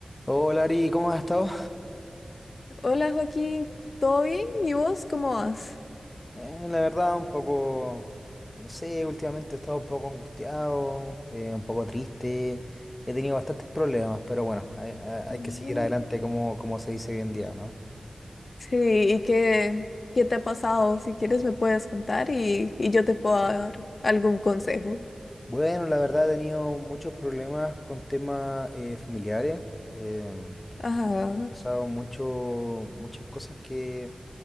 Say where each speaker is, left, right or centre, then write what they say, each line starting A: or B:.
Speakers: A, on the left (about 25°); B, on the left (about 65°).
A: Hola Ari, ¿cómo has estado?
B: Hola Joaquín, ¿todo bien? ¿Y vos cómo vas?
A: Eh, la verdad, un poco, no sé, últimamente he estado un poco angustiado, eh, un poco triste, he tenido bastantes problemas, pero bueno, hay, hay- hay
B: Mm,
A: que seguir adelante como, como se dice hoy en día, ¿no?
B: Sí, ¿y qué, qué te ha pasado? Si quieres me puedes contar y, y yo te puedo dar algún consejo.
A: Bueno, la verdad he tenido muchos problemas con temas eh, familiares, em,
B: Ajá,
A: han pasado mucho, muchas cosas que